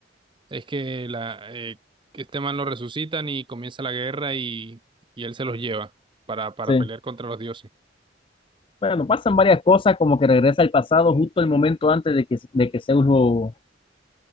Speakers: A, on the right; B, on the left.
A: es que la, eh, que este man lo resucitan y comienza la guerra y, y él se los lleva para, para
B: Sí.
A: pelear contra los dioses,
B: Bueno, pasan varias cosas, como que regresa al pasado justo el momento antes de que, de que Zeus lo,